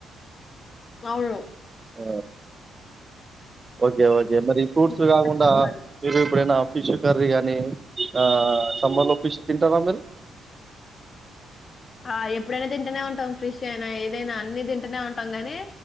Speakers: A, on the left; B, on the right.
A: అవును.
B: అ ఓకే ఓకే మరి ఫ్రూట్స్
A: నాకు
B: కాకుండా
A: నచ్చదు అది.
B: మీరు ఇప్పుడైనా ఫిష్ కర్రీ అని ఆ సంబర్ లో ఫిష్ తింటారా మీరు
A: ఆ ఎప్పుడైనా తింటూనే ఉంటాం క్రిషి అయినా ఏదైనా అన్ని తింటూనే ఉంటాం గానీ